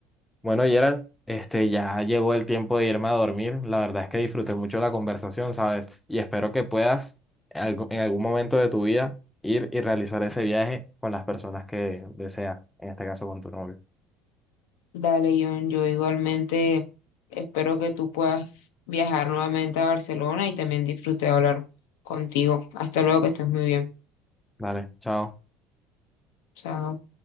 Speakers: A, in the centre; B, on the left.
A: Bueno, Yera, este, ya llegó el tiempo de irme a dormir. La verdad es que disfruté mucho la conversación, ¿sabes? Y espero que puedas algo- en algún momento de tu vida ir y realizar ese viaje con las personas que deseas, en este caso con tu novio.
B: Dale, John, yo igualmente espero que tú puedas viajar nuevamente a Barcelona y también disfruté de hablar contigo. Hasta luego, que estés muy bien.
A: Vale, chao.
B: Chao.